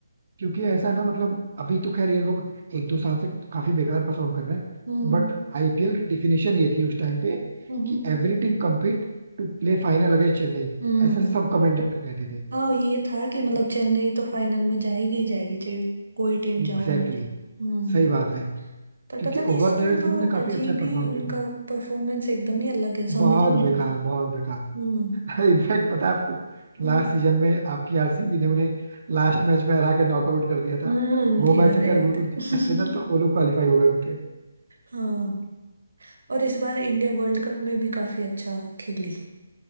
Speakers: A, on the right; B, on the right.
A: क्योंकि ऐसा ना मतलब अभी तो खैर ये लोग एक दो साल से काफी बेकार परफॉर्म कर रहे हैं
B: हम्म
A: बट आईपीएल की डिफिनेशन ये थी उस टाइम पे
B: हम्म
A: कि every team compete to play final against Chennai
B: हम्म
A: ऐसा सब कमेंटेटर कहते थे
B: हाँ ये था
A: क्योंकि
B: कि मतलब चेन्नई तो फाइनल में जाएगी ही जाएगी चाहे कोई टीम जाओ
A: एग्जैक्टली
B: ना जाओ
A: exactly,
B: हम्म
A: सही बात है
B: पर
A: क्योंकि
B: पता नहीं
A: ओवर
B: इस साल
A: द इयर्स
B: तो
A: इन्होंने काफी
B: अजीब
A: अच्छा परफॉर्म
B: ही उनका
A: किया था
B: परफॉर्मेंस एकदम ही अलग है समझ
A: बहुत
B: ही नहीं
A: बेकार
B: आया।
A: बहुत बेकार
B: हम्म
A: <laughs> इनफैक्ट पता है आपको
B: हम्म
A: लास्ट सीजन में आपकी आरसीबी ने उन्हें लास्ट मैच में हरा के नॉकआउट कर दिया था
B: हम्म
A: वो मैच
B: याद
A: अगर
B: है याद
A: वो लोग
B: है
A: जीत
B: <laughs>
A: जाते ना तो वो लोग क्वालिफाई हो गए होते
B: हाँ और इस बार इंडिया वर्ल्ड कप में भी काफी अच्छा खेली